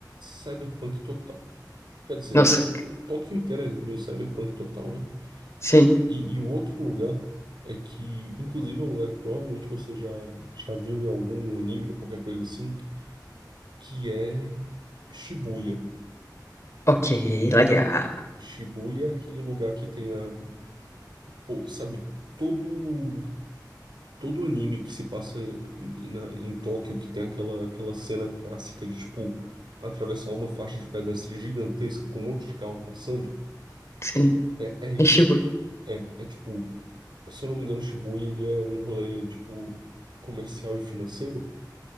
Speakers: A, on the right (about 80°); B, on the left (about 35°).
A: Cyberpunk total. Quer dizer,
B: Nossa.
A: Tóquio inteiro é meio cyberpunk total, né?
B: Sim.
A: E, e o outro lugar é que, inclusive, é um lugar que provavelmente você já, já viu em algum anime ou qualquer coisa assim, que é Shibuya.
B: Ok, legal.
A: Shibuya é aquele lugar que tem a, pô, sabe, todo. todo anime que se passa na- em Tóquio, que tem aquela, aquela cena clássica de, tipo, atravessar uma faixa de pedestre gigantesca com um monte de carro passando,
B: Sim.
A: é, é isso.
B: Enchibu.
A: É, é tipo, se eu não me engano, Shibuya, ele é um rolê, tipo, comercial e financeiro.